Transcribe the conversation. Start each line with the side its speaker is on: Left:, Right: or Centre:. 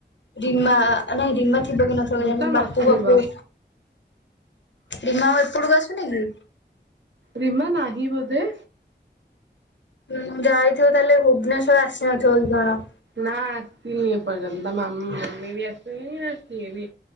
Left: ରିମା ନାଇଁ ରିମା ଥିବ କି ନଥିବ କେଜାଣି
Right: ତ ନଥିବ
Left: ବାପୁ ପପୁ ପ୍ରିମା ଆଉ ଏପଟକୁ ଆସୁନି କି?
Right: ରିମା ନାହିଁ ବୋଧେ?
Left: ହୁଁ ଯାଇଥିବ ତାହେଲେ ଭୁବନେଶ୍ୱର ଆସିନଥିବ କି କଣ?
Right: ନା ଆସିନି ଏପର୍ଯ୍ୟନ୍ତ ମ ମମି ବି ଆସିବି ସିଏ ବି